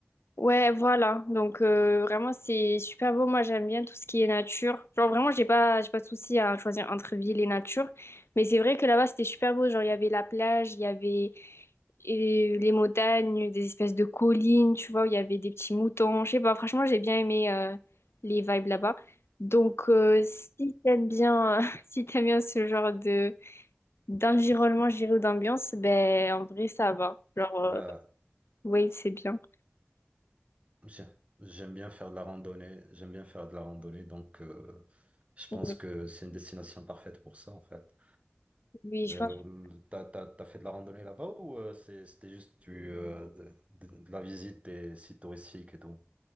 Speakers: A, on the left (about 75°); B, on the right (about 30°).
A: Ouais, voilà. Donc euh, vraiment c'est super beau. Moi j'aime bien tout ce qui est nature. Genre vraiment j'ai pas j'ai pas de souci à choisir entre ville et nature. Mais c'est vrai que là-bas c'était super beau. Genre il y avait la plage, il y avait euh, les montagnes, des espèces de collines, tu vois, où il y avait des petits moutons. Je sais pas. Franchement j'ai bien aimé euh, les vibes là-bas. Donc euh, si t'aimes bien <laughs> si t'aimes bien ce genre de d'environnement, je dirais, ou d'ambiance, ben en vrai ça va. Genre
B: bah,
A: euh, ouais, c'est bien.
B: j'ai- j'aime bien faire de la randonnée. J'aime bien faire de la randonnée, donc euh, je
A: Ouais.
B: pense que c'est une destination parfaite pour ça en fait.
A: Oui, je
B: Euh,
A: pense.
B: t'as, t'as- t'as fait de la randonnée là-bas ou euh, c'est- c'était juste du, euh, de, de- de la visite des sites touristiques et tout?